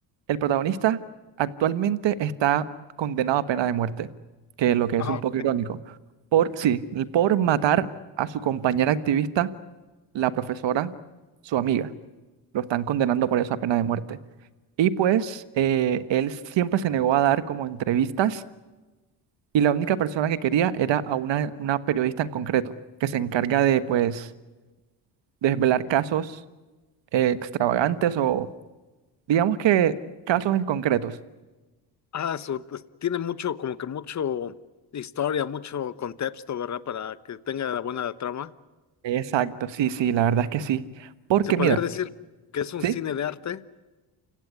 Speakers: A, on the right (about 65°); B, on the left (about 35°).
A: el protagonista actualmente está condenado a pena de muerte, que es lo que
B: Ajá.
A: es un poco irónico, por, sí, por matar a su compañera activista, la profesora, su amiga. Lo están condenando por eso a pena de muerte. Y pues eh, él siempre se negó a dar como entrevistas y la única persona que quería era a una, una periodista en concreto, que se encarga de pues desvelar casos eh, extravagantes Digamos que casos en concretos.
B: Ah, su- pues, tiene mucho, como que mucho historia, mucho contexto, ¿verdad? Para que tenga la buena trama.
A: Exacto, sí, sí, la verdad es que sí. Porque
B: Se podría
A: mira,
B: decir que es un
A: ¿sí?
B: cine de arte,